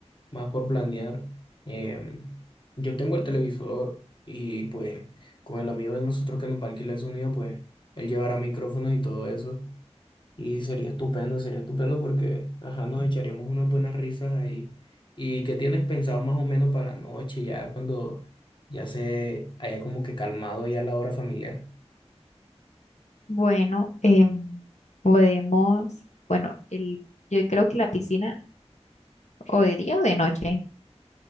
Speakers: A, on the left; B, on the left.
A: más por planear. Em, yo tengo el televisor y pues con el amigo de nosotros que nos va a alquilar el sonido, pues él llevará micrófonos y todo eso. Y sería estupendo, sería estupendo porque, ajá, nos echaríamos unas buenas risas ahí. ¿Y qué tienes pensado más o menos para la noche, ya cuando ya se haya como que calmado ya la hora familiar?
B: Bueno, em, podemos, bueno, el, yo creo que la piscina o de día o de noche.